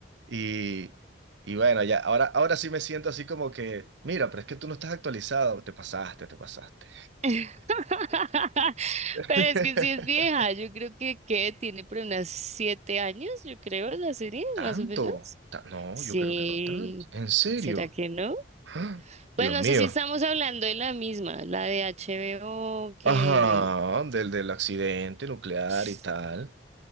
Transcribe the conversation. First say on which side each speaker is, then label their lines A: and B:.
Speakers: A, on the right; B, on the right.
A: y, y bueno, ya, ahora, ahora sí me siento así como que, mira, pero es que tú no estás actualizado, te pasaste, te pasaste.
B: <laughs>
A: <laughs>
B: Pero es que sí es vieja, yo creo que, que tiene por unas siete años, yo creo, la serie,
A: ¿Tanto?
B: más o menos.
A: Ta- no,
B: Sí,
A: yo creo que no tanto. ¿En serio?
B: ¿será que no?
A: <gasps> ¡Ah!
B: Pues
A: Dios
B: no
A: mío.
B: sé si estamos hablando de la misma, la de HBO que...
A: Ajá, del, del accidente nuclear
B: <sniffs>
A: y tal.